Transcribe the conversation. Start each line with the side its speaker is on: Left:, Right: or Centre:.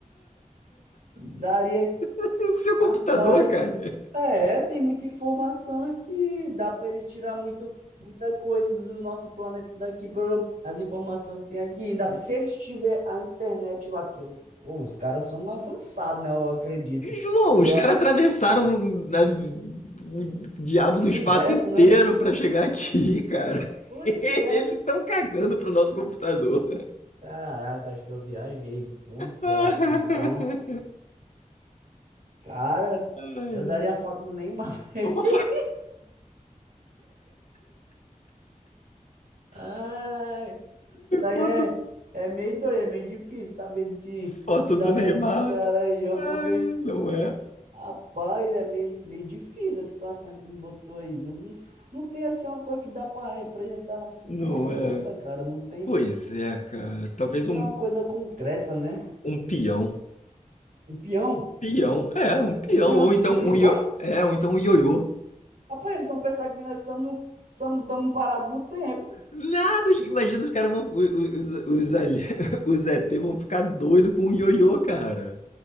Right: daria.
Left: <laughs> o seu computador,
Right: Rapaz,
Left: cara.
Right: é, tem muita informação aqui. Dá para eles tirar muito, muita coisa do do nosso planeta daqui, pelo as informações que tem aqui. Ainda, se eles tiver a internet lá, que eu, pô, os caras são avançados, né? Eu acredito.
Left: João,
Right: E
Left: os
Right: eu
Left: caras
Right: acho
Left: atravessaram
Right: que
Left: a- o diabo
Right: o
Left: do
Right: universo,
Left: espaço inteiro
Right: né?
Left: pra chegar aqui, cara. <laughs>
Right: Pois é.
Left: Eles estão cagando pro nosso computador.
Right: Caraca, acho que eu viajei. Putz,
Left: <laughs>
Right: eu acho que então, cara,
Left: Ai,
Right: eu daria a foto do Neymar. <laughs>
Left: Uma
Right: Ai. Daí
Left: foto,
Right: é, é meio doido, é meio difícil saber que,
Left: foto
Right: que dá
Left: do Neymar.
Right: pra esses caras aí, ó,
Left: Ai,
Right: porque,
Left: não é.
Right: rapaz, é meio, meio difícil a situação que tu me botou aí. Não, não não tem, assim, uma coisa que dá pra representar nosso
Left: Não
Right: planeta,
Left: é.
Right: cara. Não tem,
Left: Pois é, cara. Talvez
Right: não tem
Left: um,
Right: uma coisa concreta, né?
Left: um peão.
Right: Um peão?
Left: Peão. É, um peão.
Right: Um peão
Left: Ou
Right: de,
Left: então
Right: de brincar?
Left: um io... É, ou então um ioiô.
Right: Rapaz, eles vão pensar que nós somos, estamos parados no tempo.
Left: Nada, os- imagina os caras vão. Os, os, os, ali- <laughs> os ET vão ficar doido com o ioiô, cara.